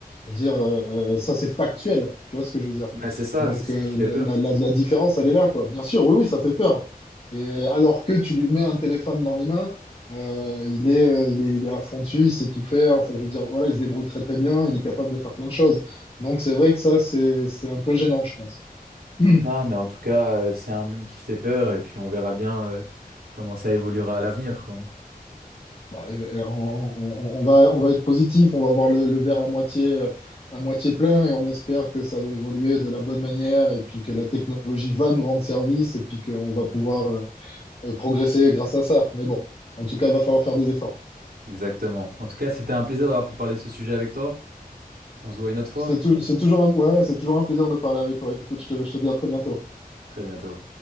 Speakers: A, on the left; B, on the right.
A: Je veux dire, euh, ça, c'est factuel. Tu vois ce que je veux dire?
B: Mais c'est ça,
A: Donc,
B: c'est ça
A: euh,
B: qui fait
A: la,
B: peur.
A: la, la- la différence, elle est là, quoi. Bien sûr, oui, oui, ça fait peur. Et alors que tu lui mets un téléphone dans les mains, euh, il est, euh, il est, il est à fond dessus, il sait tout faire. Enfin, je veux dire, voilà, il se débrouille très, très bien, il est capable de faire plein de choses. Donc, c'est vrai que ça, c'est, c'est un peu gênant, je pense. <clears throat>
B: Non, mais en tout cas, euh, c'est un monde qui fait peur et puis on verra bien euh, comment ça évoluera à l'avenir, quoi.
A: Bah, euh, On, on- on va, on va être positif, on va voir le, le verre à moitié, euh, à moitié plein et on espère que ça va évoluer de la bonne manière et puis que la technologie va nous rendre service et puis qu'on va pouvoir euh, euh, progresser grâce à ça. Mais bon, en tout cas, il va falloir faire des efforts.
B: Exactement. En tout cas, c'était un plaisir d'avoir pu parler de ce sujet avec toi. On se voit une autre fois.
A: C'est tou- c'est toujours un, ouais, c'est toujours un plaisir de parler avec toi. Écoute, je te, je te dis à très bientôt.
B: Très bientôt.